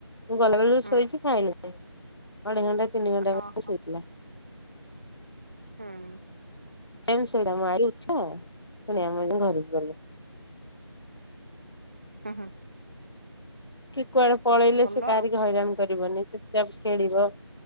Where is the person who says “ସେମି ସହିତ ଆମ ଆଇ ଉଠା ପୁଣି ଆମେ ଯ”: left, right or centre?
Left